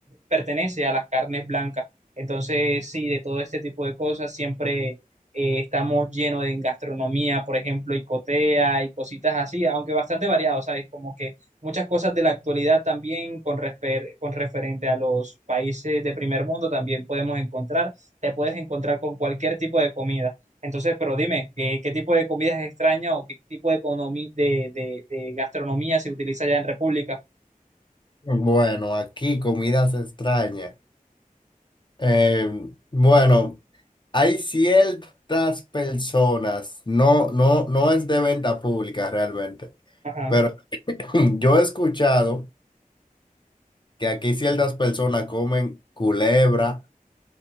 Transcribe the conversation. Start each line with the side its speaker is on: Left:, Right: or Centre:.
Right: pertenece a las carnes blancas. Entonces, sí, de todo este tipo de cosas siempre eh, estamos llenos de gastronomía, por ejemplo, y cotea y cositas así, aunque bastante variado, ¿sabes? Como que muchas cosas de la actualidad también con, respe- con referente a los países de primer mundo también podemos encontrar, te puedes encontrar con cualquier tipo de comida. Entonces, pero dime, ¿qué, qué tipo de comida es extraña o qué tipo de, economi- de, de- de gastronomía se utiliza allá en República?
Left: Bueno, aquí comidas extrañas. Eh, bueno, hay ciertas personas, no, no, no es de venta pública realmente,
Right: Ajá.
Left: pero <laughs> <clears throat> yo he escuchado que aquí ciertas personas comen culebra